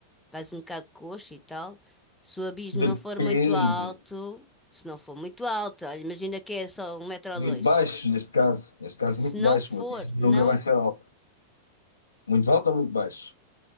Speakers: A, in the centre; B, on the left.
A: Vais um bocado coxo e tal. Se o abismo não
B: Depende.
A: for muito alto, se não for muito alto, olha, imagina que é só um metro ou
B: Muito
A: dois.
B: baixo, neste caso. Neste caso,
A: Se
B: muito
A: não
B: baixo.
A: for,
B: O abismo
A: não
B: nunca vai ser alto. Muito alto ou muito baixo?